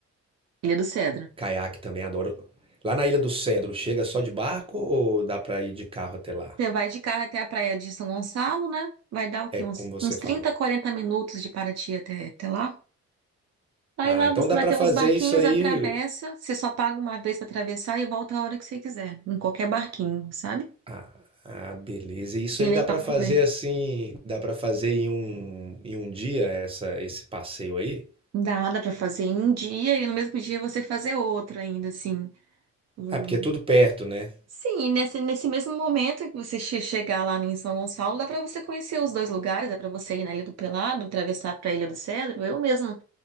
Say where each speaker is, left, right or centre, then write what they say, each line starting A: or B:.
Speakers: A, on the right; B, on the right.
A: Ilha do Cedro.
B: caiaque também adoro. Lá na Ilha do Cedro, chega só de barco ou dá para ir de carro até lá?
A: Você vai de carro até a praia de São Gonçalo, né? Vai dar o quê?
B: É
A: Uns,
B: como você
A: uns 30,
B: falou.
A: 40 minutos de Paraty até, até lá. Aí
B: Ah,
A: lá
B: então
A: você
B: dá
A: vai
B: para
A: ter
B: fazer
A: uns barquinhos,
B: isso aí
A: atravessa. Você só paga uma vez para atravessar e volta a hora que você quiser, em qualquer barquinho, sabe?
B: Ah, ah, beleza. Isso
A: Bem
B: aí
A: legal
B: dá pra fazer
A: também.
B: assim, dá pra fazer em um, em um dia essa, esse passeio aí?
A: Dá, dá para fazer em um dia e no mesmo dia você fazer outro ainda, assim. Hum.
B: Ah, porque é tudo perto, né?
A: Sim, e nesse, nesse mesmo momento que você che- chegar lá em São Gonçalo, dá para você conhecer os dois lugares, dá para você ir na Ilha do Pelado, atravessar para a Ilha do Cedro. Eu mesmo